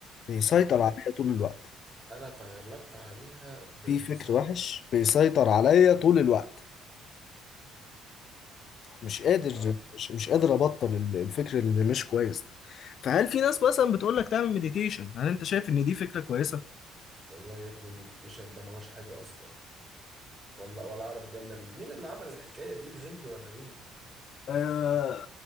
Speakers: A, on the left (about 55°); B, on the right (about 25°).
A: بيسيطر
B: وأنا-
A: عليا طول الوقت
B: أنا تغلبت عليها بمساعدة
A: في فكر وحش بيسيطر عليا طول الوقت مش قادر
B: آه
A: مش, مش قادر ابطل ال- الفكر اللي مش كويس ده فهل في ناس مثلا بتقول لك تعمل مديتيشن هل انت شايف ان دي فكرة كويسة
B: والله يا ابني المديتيشن ده ما هوش حاجة أصلا ولا ولا أعرف جنة منين مين اللي عمل الحكاية دي الهند ولا مين
A: آه